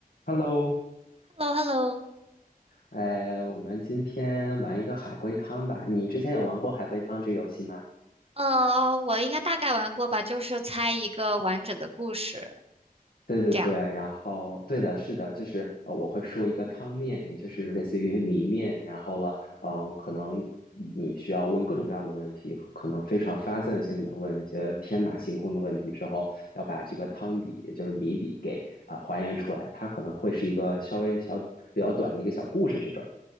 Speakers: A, on the left; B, on the right.
A: Hello，
B: h e l l o h e l l o
A: 呃，我们今天玩一个海龟汤吧。你之前有玩过海龟汤这个游戏吗？
B: 呃，我应该大概玩过吧，就是猜一个完整的故事，
A: 对对对，
B: 这样。
A: 然后对的，是的，就是呃，我会说一个汤面，也就是类似于谜面，然后了，呃，可能你需要问各种各样的问题，可能非常发散性的问一些天马行空的问题之后，要把这个汤底，也就是谜底给啊、还原出来。它可能会是一个稍微小比较短的一个小故事这种。